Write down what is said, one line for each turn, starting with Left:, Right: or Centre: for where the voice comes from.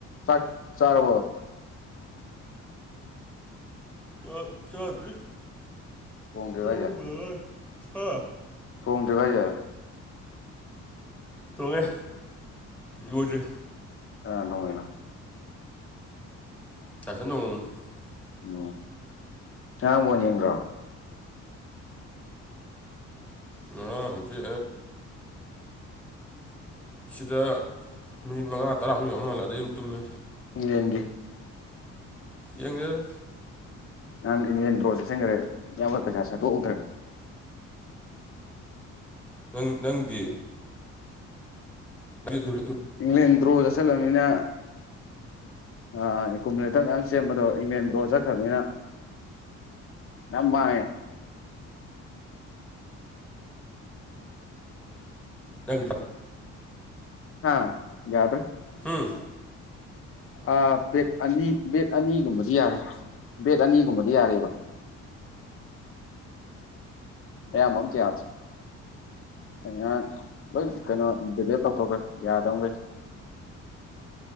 Left: ꯆꯥꯛ ꯆꯔꯕꯣ
Centre: ꯆꯥꯛ ꯆꯥꯗ꯭ꯔꯤ
Left: ꯊꯣꯡꯗ꯭ꯔꯤꯕ
Centre: ꯇꯨꯝ ꯍꯩꯕꯗ ꯉꯥꯏꯔꯤ ꯍꯥ
Left: ꯊꯣꯡꯗ꯭ꯔꯤꯕꯣ ꯍꯥꯏꯁꯦ
Centre: ꯊꯣꯡꯉꯦ ꯂꯣꯏꯗ꯭ꯔꯤ
Left: ꯀꯅꯥꯅ ꯊꯣꯡꯉꯤꯅꯣ
Centre: <unintelligible>
Left: ꯎꯝ ꯉꯔꯥꯡ ꯕꯣꯜ ꯌꯦꯡꯗ꯭ꯔꯣ
Centre: ꯉꯔꯥꯡꯁꯦ ꯁꯤꯗ ꯃꯤꯅꯤꯠ ꯃꯉꯥ ꯇꯔꯥꯃꯨꯛ ꯌꯦꯡꯉꯝ ꯃꯥꯜꯂꯦ ꯑꯗꯨꯗꯩꯩ ꯑꯗꯨꯝ ꯇꯨꯝꯃꯦ
Left: ꯏꯪꯂꯦꯟꯒꯤ
Centre: ꯌꯦꯡꯗꯦꯗꯥ
Left: ꯅꯍꯥꯟ ꯏꯪꯂꯦꯟ ꯗ꯭ꯔꯣ ꯆꯠꯆꯟꯈ꯭ꯔꯦ ꯏꯌꯥꯝꯕꯒꯤ ꯄꯩꯁꯥ ꯁꯠꯇꯣꯛꯍꯧꯗ꯭ꯔꯦ
Centre: ꯅꯪ ꯅꯪꯒꯤꯗꯤ ꯑꯗꯨ
Left: ꯏꯪꯂꯦꯟ ꯗ꯭ꯔꯣ ꯆꯠꯁꯤꯜꯂꯛꯑꯝꯃꯤꯅ ꯑꯥ ꯏꯀꯨꯃꯤꯂꯦꯇꯔ ꯃꯌꯥꯝ ꯁꯦꯝꯕꯗꯣ ꯏꯪꯂꯦꯟ ꯗ꯭ꯔꯣ ꯆꯠꯈ꯭ꯔꯕꯅꯤꯅ ꯌꯥꯝ ꯃꯥꯡꯉꯦ
Centre: ꯅꯪ
Left: ꯍꯥꯥ ꯌꯥꯗ꯭ꯔꯦ
Centre: ꯎꯝ
Left: ꯑꯥ ꯕꯦꯠ ꯑꯅꯤ ꯕꯦꯠ ꯑꯅꯤꯒꯨꯝꯕꯗꯤ ꯌꯥꯔꯦ ꯕꯦꯠ ꯑꯅꯤꯒꯨꯝꯕꯗꯤ ꯌꯥꯔꯤꯕ ꯑꯌꯥꯝꯕ ꯑꯝꯇ ꯌꯥꯗ꯭ꯔꯦ ꯑꯩ ꯉꯔꯥꯡ ꯂꯣꯏ ꯀꯩꯅꯣ ꯗꯤꯂꯦꯠ ꯇꯧꯊꯣꯛꯈ꯭ꯔꯦ ꯌꯥꯗꯕꯈꯩ